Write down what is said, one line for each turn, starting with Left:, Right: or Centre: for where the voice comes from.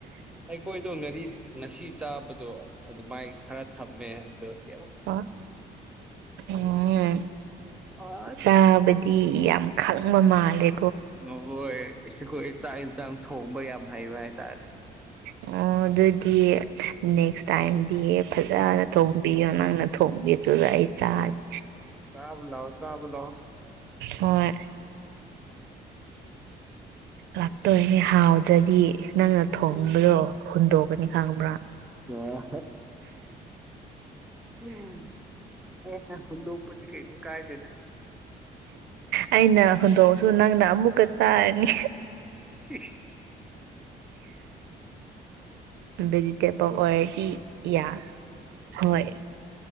Centre: ꯑꯩꯈꯣꯏꯗꯣ ꯉꯥꯔꯤ ꯉꯁꯤ ꯆꯥꯕꯗꯣ ꯑꯗꯨꯃꯥꯏꯅ ꯈꯔ ꯊꯝꯃꯦ ꯑꯗꯣ ꯀꯩ
Right: ꯑꯣ ꯎꯝ
Centre: ꯑꯁ
Right: ꯆꯥ ꯁꯤ ꯌꯥꯝ ꯈꯪꯕ ꯃꯥꯜꯂꯦ
Centre: ꯍ ꯍꯣꯏꯈꯣꯏ ꯆꯥꯛ ꯏꯟꯁꯥꯡ ꯊꯣꯡꯕ ꯌꯥꯝ ꯍꯩꯕ ꯍꯥꯏꯇꯥꯔꯦ
Right: ꯑꯣ ꯑꯗꯨꯗꯤ ꯅꯦꯛꯁ ꯇꯥꯏꯝꯗꯤ ꯐꯖꯅ ꯊꯣꯡꯕꯤꯌꯣ ꯅꯪꯅ ꯊꯣꯡꯕꯤꯗꯨꯗ ꯑꯩ ꯆꯔ
Centre: ꯆꯥꯕ ꯂꯑꯣ ꯆꯥꯕ ꯂꯣꯑꯣ
Right: ꯍꯣꯏ ꯂꯥꯛꯇꯣꯏꯅꯦ ꯍꯥꯎꯗ꯭ꯔꯗꯤ ꯅꯪꯅ ꯊꯣꯡꯕꯗꯣ
Centre: ꯎꯝ
Right: ꯍꯨꯟꯗꯣꯛꯀꯅꯤ ꯈꯪꯕ꯭ꯔꯥ
Centre: ꯑꯣ ꯎꯝ ꯀ ꯍꯨ ꯂꯧꯄꯗꯤ ꯀ ꯀꯥꯏ ꯅꯇ
Right: ꯑꯩꯅ ꯍꯧꯗꯣꯛꯁꯨ ꯅꯪꯅ ꯑꯃꯨꯛꯀ ꯆꯥꯔꯅꯤ
Centre: ꯁꯤ <unintelligible>
Right: ꯦꯖꯤꯇꯦꯕꯜ ꯑꯣꯏꯔꯗꯤ ꯏꯌꯥ ꯍꯣꯏ